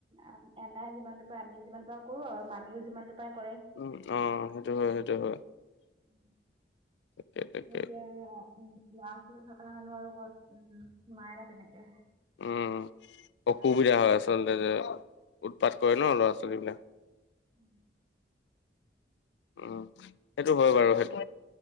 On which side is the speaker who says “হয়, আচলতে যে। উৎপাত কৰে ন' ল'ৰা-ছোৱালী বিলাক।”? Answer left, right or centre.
Left